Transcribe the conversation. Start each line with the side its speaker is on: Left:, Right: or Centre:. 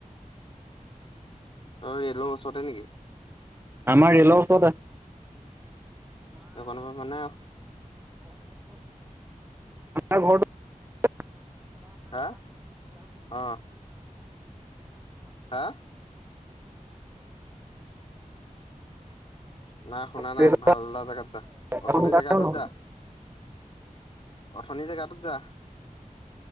Left: ত ৰেলৰ ওচৰতে নেকি।
Right: আমাৰ ৰেল ওচতে।
Left: এই ক মানে
Right: আমাৰ ঘৰৰত <unintelligible>
Left: হা, অহ। হা,। নাই শুনা নাই
Right: ৰেলৰ
Left: ভালটা জেগাত যা অথনিৰ
Right: এশ মিটাৰো
Left: জেগাতটোত
Right: নহয়
Left: যা। অথনি জেগাতত যা।